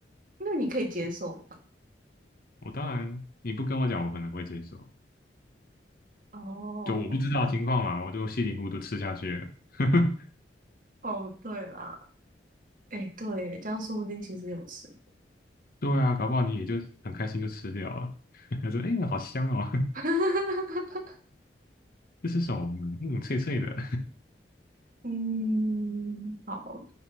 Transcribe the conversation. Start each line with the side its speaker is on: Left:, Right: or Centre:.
Right: 那你可以接受吗？
Left: 我当然你不跟我讲，我可能会接受。
Right: 哦
Left: 就我不知道情况嘛，我就稀里糊涂吃下去了。<laughs>
Right: 哦，对啦，哎，对耶，这样说不定其实有吃。
Left: 对啊，搞不好你也就很开心就吃掉了。<laughs> 他说：“哎、好香哦，
Right: <laughs>
Left: <laughs> 这是什么呢嗯，脆脆的。
Right: 嗯，好，